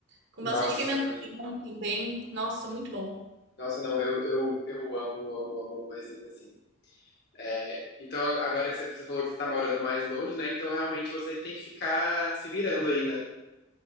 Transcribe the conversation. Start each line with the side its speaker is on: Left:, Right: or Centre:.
Right: Com
Left: Nossa,
Right: bastante pimentão
Left: imagina.
Right: também. Nossa, muito bom.
Left: Nossa, não, eu, eu, eu amo, amo, amo uma receita assim. É, então, agora que você, você falou que você tá morando mais longe, né? Então, realmente, você que tem que ficar se virando aí, né?